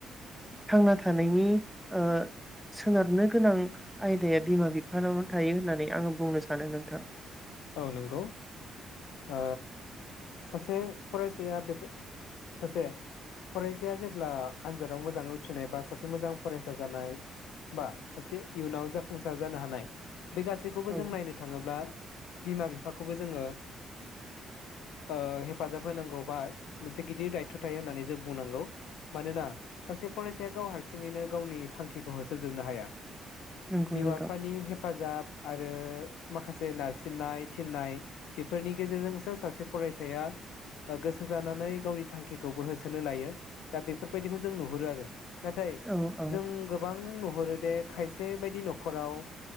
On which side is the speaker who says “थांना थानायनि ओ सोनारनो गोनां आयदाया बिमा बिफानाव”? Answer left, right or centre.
Centre